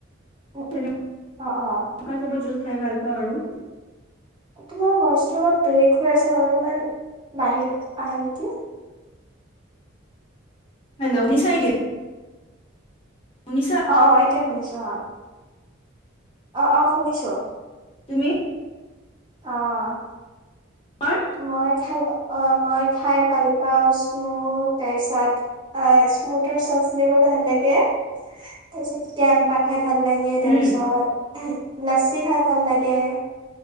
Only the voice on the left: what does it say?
<unintelligible>
খাই ভাল পাওঁ আৰু।
হেল্লো, শুনিছা এতিয়া? শুনিছা?
তুমি
তোমাৰ
উম